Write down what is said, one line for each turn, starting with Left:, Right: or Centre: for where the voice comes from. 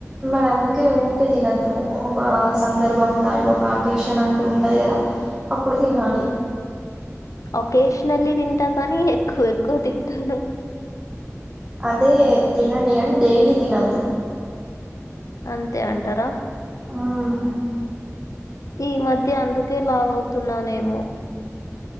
Right: మరి అందుకే ఊకే తినద్దు ఒక సందర్భం దానికి ఒక ఆకేషన్ అంటూ ఉంటుంది కదా అప్పుడు తినాలి
Left: ఒకేషనల్లీ తింటా కానీ ఎక్కువ ఎక్కువ తింటాను
Right: అదే తినండి గని డైలీ తినద్దు
Left: అంతే అంటారా
Right: మ్మ్.
Left: ఈ మధ్య అందుకే లావ్ అవుతున్నానేమో